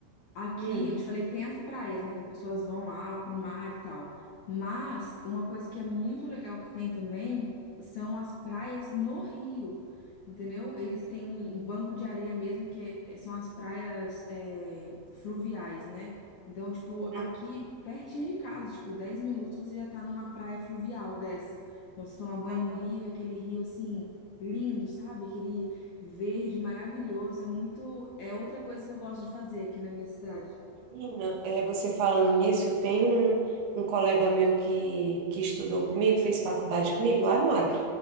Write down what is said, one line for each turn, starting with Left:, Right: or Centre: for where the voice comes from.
Left: Aqui
Right: Hum,
Left: eu te falei que tem as praias, né? Que as pessoas vão lá pro mar e tal. Mas uma coisa que é muito legal que tem também são as praias no Rio, entendeu? Eles têm um um banco de areia mesmo, que é- são as praias é, fluviais, né? Então, tipo, aqui
Right: hum,
Left: pertinho de casa, tipo, 10 minutos você já tá numa praia fluvial dessa. Então, você toma banho
Right: ah,
Left: no rio, e aquele rio assim, lindo, sabe? Aquele Verde, maravilhoso, é muito, é outra coisa que eu gosto de fazer aqui na minha cidade.
Right: menina, é, você falando nisso, tem um, um colega meu que, que estudou comigo, fez faculdade comigo lá no Acre,